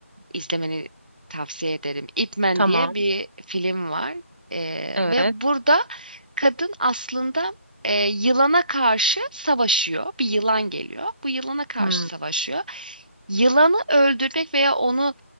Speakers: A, on the right (about 35°); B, on the right (about 50°).
A: izlemeni tavsiye ederim. Ip Man
B: Tamam
A: diye bir film var. Ee,
B: evet.
A: ve burada kadın aslında e, yılana karşı savaşıyor. Bir yılan geliyor. Bu yılana karşı
B: Hmm.
A: savaşıyor. Yılanı öldürmek veya onu